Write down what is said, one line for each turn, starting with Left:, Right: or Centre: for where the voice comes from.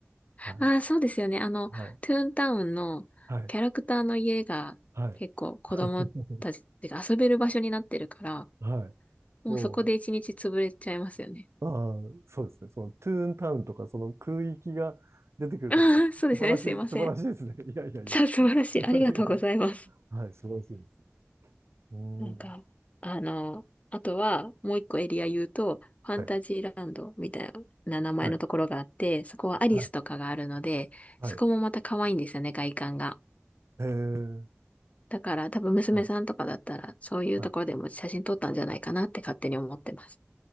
Right: は
Left: ああ、そうですよね。あの、
Right: い。はい。
Left: トゥーンタウンのキャラクターの家が結構子供たちが遊べる場所になってるから、
Right: はい。はい。<laughs> はい。
Left: もうそこで一日潰れちゃいますよね。
Right: もう、ああ、そうですね。そのトゥーンタウンとか、その空域が出てくるところは
Left: <laughs> ああ、そうですよね。すいません。
Right: 素晴らしい、素晴らしいですね。<laughs> いやいやいや。
Left: さあ、素晴らしい。ありがとうございます。
Right: <laughs> はい、素晴らしいです。うん。
Left: なんか、あの、あとはもう一個エリア言うと、ファンタジーランドみたいな名前のところがあって、
Right: はい。はい。
Left: そこはアリスとかがあるので、
Right: はい。はい。はい。
Left: そこもまた可愛いんですよね、外観が。
Right: へえ、
Left: だから多分娘さんとかだったら、
Right: はい、
Left: そういうところでも写真撮ったんじゃないかなって勝手に思ってます。
Right: はい。